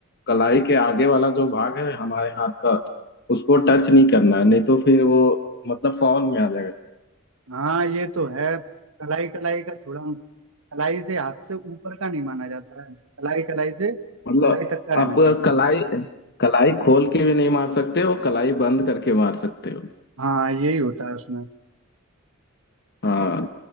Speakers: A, on the left; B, on the right.
A: कलाई के आगे वाला जो भाग है हमारे हाथ का उसको टच नहीं करना है नहीं तो फिर वो मतलब फाउल में आ जाएगा
B: हाँ ये तो है कलाई कलाई का थोड़ा कलाई से हाथ से ऊपर का नहीं माना जाता है कलाई कलाई से कलाई
A: मतलब
B: तक का रहना
A: आप
B: चाहिए
A: कलाई
B: बस
A: कलाई खोल के भी नहीं मार सकते हो कलाई बंद करके मार सकते हो
B: हाँ यही होता है उसमें
A: हाँ